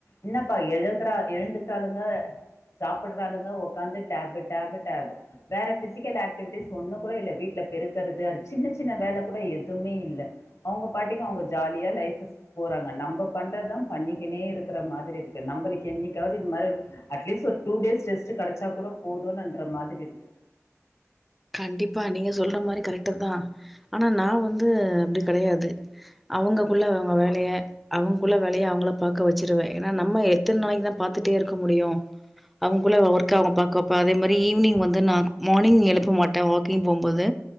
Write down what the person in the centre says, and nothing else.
கண்டிப்பா நீங்க சொல்ற மாரி கரெக்ட்டு தா ஆனா நா வந்து அப்டி கெடையாது அவங்ககுள்ள அவங்க வேலய அவங்ககுள்ள வேலய அவங்கள பாக்க வச்சுருவே ஏன்னா நம்ம எத்தன நாளைக்கு தா பாத்துட்டு இருக்க முடியு அவங்க குள்ள ஒர்க் அ அவங்க பாக்க வப்ப அதே மாதிரி ஈவினிங் வந்து நா மார்னிங் எழு மாட்ட வாக்கிங் போம்போது